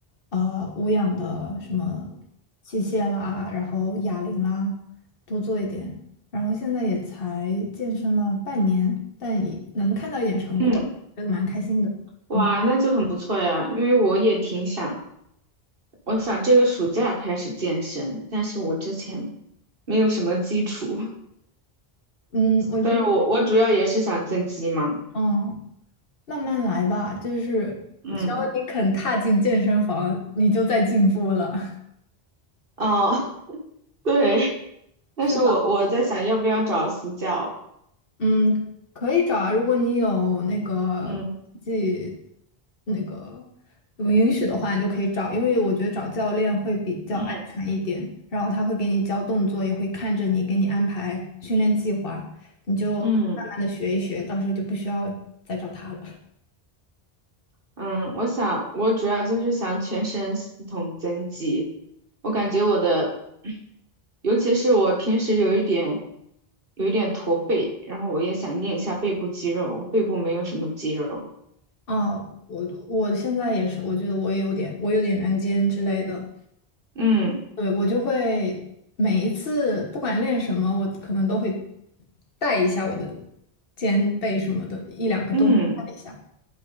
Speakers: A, on the left (about 60°); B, on the right (about 60°).
A: 呃，无氧的什么器械啦，然后哑铃啦，多做一点。然后现在也才健身了半年，但也能看到一点成果，
B: 嗯，
A: 觉得蛮开心的。
B: 哇，
A: 嗯。
B: 那就很不错呀。因为我也挺想，我想这个暑假开始健身，但是我之前没有什么基础，
A: 嗯，
B: <laughs>
A: 我觉得，
B: 但是我我主要也是想增肌嘛。
A: 嗯，慢慢来吧，就是只要你肯踏进健身房，
B: 嗯，
A: 你就在进步了。<laughs>
B: 哦，<laughs> 对。但是我我在想要不要找私教，
A: 是的，嗯，可以找啊，如果你有那个自己
B: 嗯
A: 那个允许的话，你就可以找，因为我觉得找教练会比较安全一点，
B: 嗯
A: 然后他会给你教动作，也会看着你，给你安排训练计划，你就慢慢的学一学，
B: 嗯，
A: 到时候就不需要再找他了。
B: 嗯，我想我主要就是想全身系统增肌，我感觉我的，尤其是我平时有一点有一点驼背，然后我也想练一下背部肌肉，我背部没有什么肌肉，
A: 啊，我我现在也是，我觉得我也有点，我有点圆肩之类的。
B: 嗯
A: 对，我就会每一次不管练什么，我可能都会带一下我的肩背什么的，一两个动作带一下。
B: 嗯，